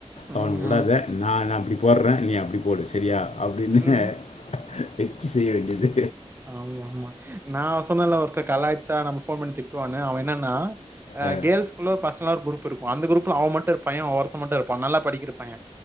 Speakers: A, on the right (about 20°); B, on the left (about 85°).
A: ம்,
B: அவன உடாத
A: ம்.
B: நா நா அப்படி போடுறே நீ அப்படி போடு சரியா அப்படின்னு
A: ம்.
B: அ வச்சி செய்ய வேண்டியது
A: ஆமா ஆமா நான் சொன்னல்ல ஒருத்தர் கலாயச்சா நம்ம ஃபோன் பண்ணி திட்டுவானு அவ என்னன்னா அ
B: அஹ்,
A: கேல்ஸ் பெர்சனல்ல ஒரு குரூப் இருக்கு அந்த குரூப்ல அவன் மட்டும் பையன் ஒருத்த மட்டு இருப்பான் நல்லா படிக்கிற பையன்